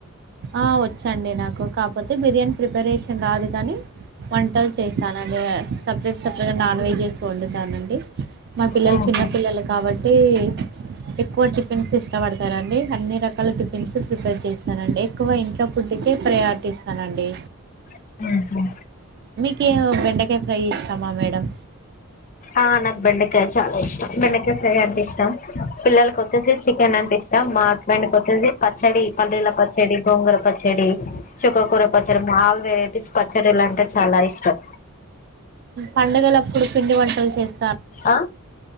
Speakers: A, on the right; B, on the left.
A: ఆ వచ్చండి నాకు కాకపోతే బిర్యానీ ప్రిపరేషన్ రాదు కానీ వంటలు చేస్తానండి సపరేట్ సపరేట్గా నాన్ వెజెస్ వండుతానండి మా పిల్లలు
B: ఆహా
A: చిన్న పిల్లలు కాబట్టి ఏ ఎక్కువ చికెన్స్ ఇష్టపడత చేస్తారండి అన్ని రకాల టిఫిన్స్ ప్రిపేర్ చేస్తానండి ఎక్కువ ఇంట్లో ఫుడ్ కే ప్రయారిటీ ఇస్తానండి
B: ఆహా
A: మీకు ఏ కాయ ఫ్రై ఇస్తామా మేడం
B: ఆ నాకు బెండకాయ చాలా ఇష్టం బెండకాయా ఫ్రై అంటే ఇష్టం పిల్లలకి వచ్చేసి చికెన్ అంటే ఇష్టం మా హస్బెండ్కి వచ్చేసి పచ్చడి పల్లీల పచ్చడి గోంగుర పచ్చడి చుక్కకూర పచ్చడి మాల్ వెరైటీస్ పచ్చడిలు అంటే చాలా ఇష్టం
A: పండుగలప్పుడు పిండి వంటలు చేస్తా
B: ఆ